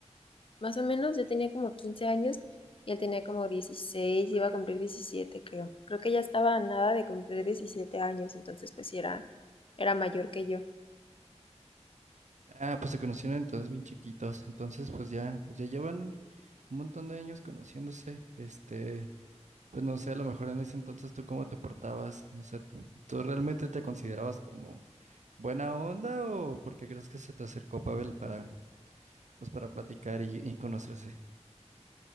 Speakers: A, on the left; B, on the right.
A: más o menos, yo tenía como 15 años y él tenía como 16, iba a cumplir 17, creo. Creo que ya estaba a nada de cumplir 17 años, entonces pues sí era, era mayor que yo.
B: Ah, pues se conocieron entonces bien chiquitos, entonces pues ya, pues ya llevan un montón de años conociéndose, este, pues no sé, a lo mejor en ese entonces tú cómo te portabas, o sea, ¿tú realmente te considerabas como buena onda o porque crees que se te acercó Pavel para, pues para platicar y, y conocerse?